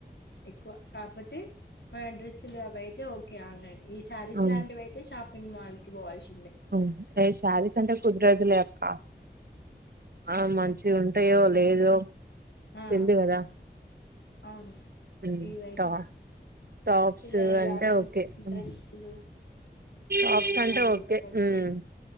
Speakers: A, on the left; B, on the right.
A: ఎక్కువ కాకపోతే మా డ్రస్సులు అవై తే ఓకె ఆల్రడీ ఈ శారీస్
B: అవును
A: లాంటివి అయితే షాప్ పింగ్ మాల్ కి పోవాల్షి
B: అవును ఈ శారీ సెంటర్ కొద్ది రోజులే అక్కా ఆ మంచి ఉంటాయో లేదో
A: ఆ!
B: తెల్దు కదా!
A: అవును
B: హు
A: ఇవైతే
B: టాప్ టాప్స్
A: పిల్లలయి
B: అంటె
A: గానీ,
B: ఓకె
A: డ్రెస్సులు
B: ఉం టాప్స్
A: ఇవైతే
B: అంటె
A: మనం తీసుకోవచ్చు.
B: ఓకె ఉమ్